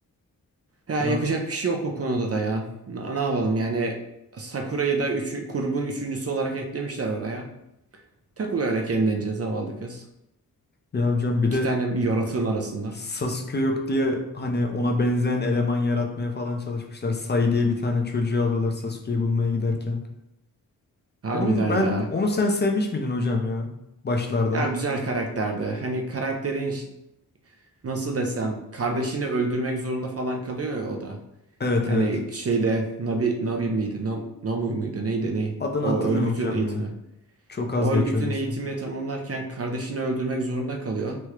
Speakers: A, on the right; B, on the left.
A: Ya
B: Ya,
A: yapacak bir şey yok o konuda da ya. Na- ne yapalım yani Sakura'yı da üç, grubun üçüncüsü olarak eklemişler oraya. Takılıyor öyle kendince zavallı kız.
B: ya hocam bir
A: İki
B: de
A: tane yaratığın arasında.
B: Sasuke yok diye hani ona benzeyen eleman yaratmaya falan çalışmışlar. Sai diye bir tane çocuğu alıyorlar Sasuke'yi bulmaya giderken.
A: Harbiden
B: Onu ben
A: ya.
B: onu sen sevmiş miydin hocam ya başlarda?
A: Ya güzel karakterdi. Hani karakterin ş- nasıl desem kardeşini öldürmek zorunda falan kalıyor ya o da.
B: Evet
A: Hani
B: evet.
A: şeyde Nabi, Nabi miydi? Nam, Namu muydu? Neydi? Ne?
B: Adını
A: O
B: hatırlamıyorum
A: örgütün
B: hocam
A: eğitimi.
B: ya. Çok az
A: O
B: geçiyordu
A: örgütün
B: ismi.
A: eğitimini tamamlarken kardeşini öldürmek zorunda kalıyor.